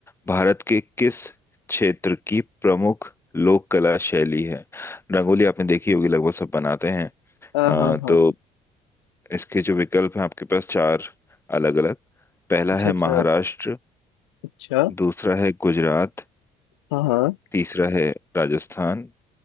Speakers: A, on the left; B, on the left.
A: भारत के किस क्षेत्र की प्रमुख लोक कला शैली है रंगोली आपने देखी होगी लगभग सब बनाते हैं
B: हाँ हाँ
A: अ,
B: हाँ
A: तो इसके जो विकल्प हैं आपके पास चार अलग अलग पहला
B: अच्छा
A: है
B: अच्छा
A: महाराष्ट्र
B: अच्छा
A: दूसरा है गुजरात
B: हाँ हाँ
A: तीसरा है राजस्थान